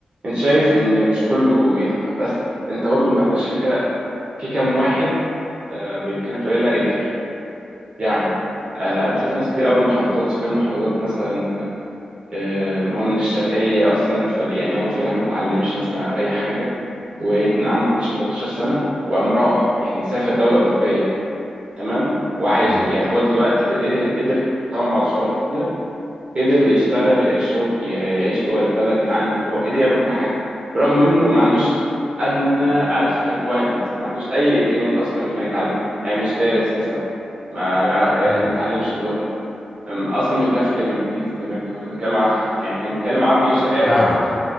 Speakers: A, on the right (about 50°); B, on the left (about 15°).
A: انت شايف ان مش كله ينفع بس انت برضو ما عندكش فكره في كام واحد آه، بامكانيات قليله قدر يعني آه، انا بشوف ناس كتير قوي من محافظات سكان محافظات مثلا آه، ما هو من الشرقيه اصلا ف يعني هو في اللحمه ما اتعلمش مثلا اي حاجه وعنده 12 13 سنه وقام راح يعني سافر دوله اوروبيه تمام وعايش
B: مم.
A: يعني هو دلوقتي كده قدر قدر طبعا بعد صعوبات كتيره قدر يشتغل يلاقي شغل ي- يعيش جوه البلد يتعلم اللغه قدر يعمل كل حاجه برغم انه ما عندوش ادنى عارف requirements ما عندوش اي امكانيات اصلا انه كان يتعلم يعني مش دارس مثلا ما ما يعرف- يعني
B: مم.
A: ما اتعلمش اللغه أم- اصلا مش بيعرف يتكلم انجليزي كمان هو كان بيتكلم ع- يعني كان بيتكلم عربي شرقاوي
B: فاهمك
A: فاهم